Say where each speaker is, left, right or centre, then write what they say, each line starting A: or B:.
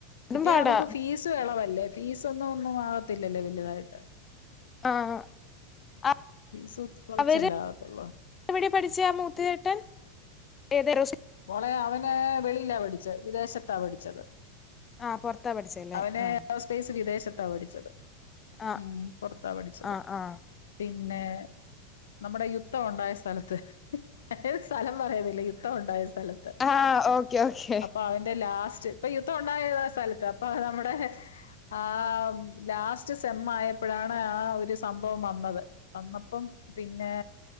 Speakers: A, on the left; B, on the left.
A: കിട്ടിയാൽ
B: പാടാ
A: നമ്മക്ക് ഫീസും എളവല്ലേ ഫീസൊന്നും ഒന്നും ആക ല്ലല്ലോ വല്ല്യതായിട്ട്
B: ആഹ് അത്
A: ഫീസ് കുറച്ചല്ലേ
B: അവര്
A: ആകത്തുള്ളൂ
B: <unintelligible> പഠിച്ചയ മൂത്ത ചേട്ടൻ <unintelligible>
A: മോളെ അവന് വെളിയില പഠിച്ചേ വിദേശതാ പഠിച്ചത്
B: ആഹ് പുറത്താ പഠിച്ചല്ലേ
A: അവനെ
B: ആഹ്
A: സ്പേയിസ് വിദേശത് ത പഠിച്ചത്
B: ആഹ്
A: ഉം പുറത്താ പഠിച്ചത്
B: ആഹ് ആഹ്
A: പിന്നെ നമ്മുടെ യുദ്ധം ഉണ്ടായ സ്ഥലത്ത് ഏത് സ്ഥലം പറയുന്നില്ല യുദ്ധം ഉണ്ടായി ലത്ത്
B: ആഹ് ഓക്കെ ഓക്കെ
A: അപ്പൊ അതിൻ്റെ ലാസ് ഇപ്പൊ യുദ്ധം ഉണ്ടായ സ്ഥലത്ത് അപ്പൊ നമ്മുടെ ആ ലാസ് സെമ്മ് ആയപ്പോഴാണ് ആ ഒരു സംഭവം വന്നത് വന്നപ്പോ പിന്നെ